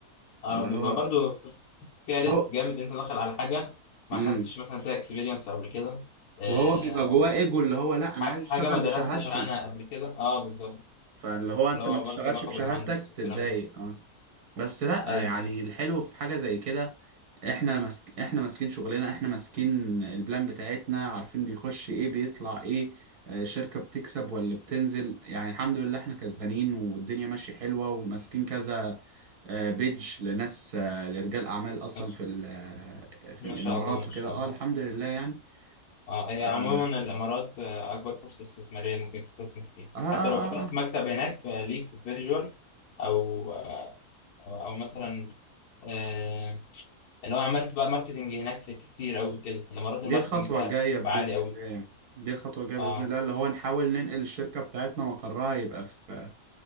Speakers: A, on the left; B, on the right.
A: اه
B: اللي
A: بيبقى
B: هو
A: برضو فيها ريسك
B: هو
A: جامد انت داخل على حاجه ما
B: امم
A: خدتش مثلا فيها اكسبيرينس قبل كده آه،
B: وهو بيبقى جواه ايجو اللي هو لا انا
A: ح-
B: عايز
A: حاجة
B: اشتغل
A: ما
B: بشهادتي
A: درستش عنها قبل كده اه بالظبط
B: فاللي هو
A: اللي
B: انت
A: هو
B: ما تشتغلش
A: برضه لقب
B: بشهادتك
A: المهندس والكلام
B: تتضايق
A: ده
B: اه بس لا
A: ايوه
B: يعني
A: ايوه
B: الحلو في حاجة زي كده احنا ماسك احنا ماسكين شغلنا احنا ماسكين البلان بتاعتنا عارفين بيخش ايه بيطلع ايه آه، شركة بتكسب ولا بتنزل يعني الحمد لله احنا كسبانين والدنيا ماشية حلوة وماسكين كذا آه، بيج لناس آه، لرجال اعمال اصلا
A: ماشي.
B: في ال- آه، في
A: ما
B: الامارات
A: شاء الله ما
B: وكده
A: شاء
B: اه
A: الله
B: الحمد لله يعني
A: اه هي
B: ف- اه
A: عموما الامارات آه، اكبر فرصة استثمارية ممكن تستثمر فيها
B: اه اه
A: حتى لو فتحت
B: اه
A: مكتب هناك آه، ليك فيرجوال او آه، او مثلا آه، اللي هو عملت بقى ماركتنج هناك في كتير قوي كده الامارات الماركتنج
B: دي الخطوة
A: فيها
B: الجاية
A: بيبقى
B: بإذن
A: عالي قوي
B: الله يعني دي الخطوة الجاية
A: اه
B: بإذن الله اللي هو نحاول ننقل الشركة بتاعتنا مقرها يبقى في